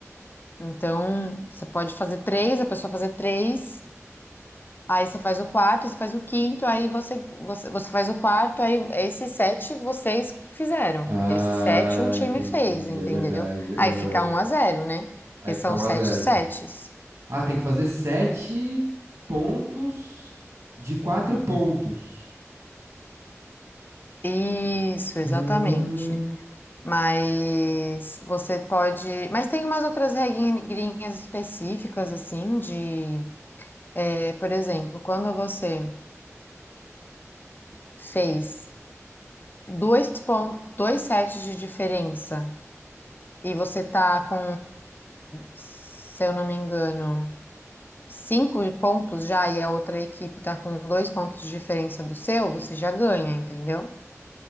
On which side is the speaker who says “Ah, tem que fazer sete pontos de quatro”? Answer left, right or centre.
Right